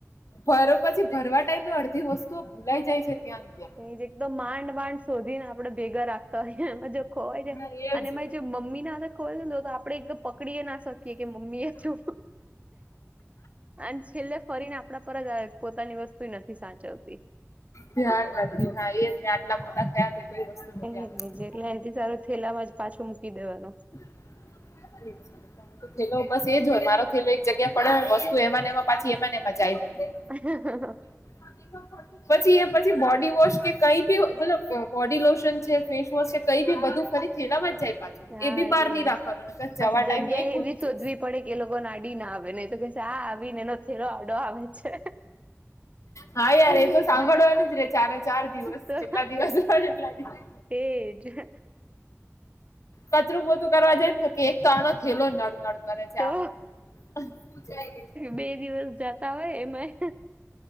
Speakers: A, on the left (about 70°); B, on the right (about 25°).
A: ભરો પછી ભરવા ટાઈમે તો અડધી વસ્તુઓ ભૂલાઈ જાય છે ત્યાં ત્યાં
B: એક તો એકદમ માંડ માંડ શોધી ને આપડે ભેગા રાખતા હોયએ એમાં જો ખોવાઈ જાય
A: હા એજ
B: અને એમાંય જો મમ્મીને હાથે ખોવાય તો આપડે એકદમ પકડી ના શકીએ કે મમ્મી એ જો અને છેલ્લે ફરીને આપડા પર જ આવે પોતાની વસ્તુય નથી સાચવતી.
A: ધ્યાન <unintelligible> હા એ જ ને આટલા મોટા થયા કોઈ વસ્તુ નથી
B: એજને
A: આવતી.
B: જેટલે એનથી સારું થેલામાં જ પાછું મૂકી દેવાનું.
A: <inaudible> થેલો બસ એ જ હોય મારો થેલો એક જગ્યા પડે વસ્તુ એમાંને એમાં પાછી એમાંને એમાં જાય બધી.
B: <inaudible>
A: <inaudible> પછી એ પછી બોડી વોશ કે કઈ બી મતલબ બોડી લોશન છે ફેસ વોશ છે કઈ બી બધું ફરી થેલા માં જ જાય પાછું
B: હા
A: એ બી બહાર
B: એ
A: નહી રાખવાનું નકર
B: પછી
A: જવા ટાઈમે
B: જગ્યા
A: એ ભૂલી
B: એવી શોધવી
A: જઈશ.
B: પડે કે એ લોકો નાડી ના આવે ને તો કે ચા આવીને એનો થેલો આડો આવે છે.
A: હા યાર એ તો સાંભળવાનું જ રે ચારે ચાર દિવસ
B: તો
A: જેટલા દિવસ <unintelligible> દિવસ
B: તેજ
A: કચરું પોતું કરવા જાય તો કે એક તો આનો થેલો નળ નળ કરે છે
B: તો
A: <unintelligible>
B: બે દિવસ જાતા હોય એમાં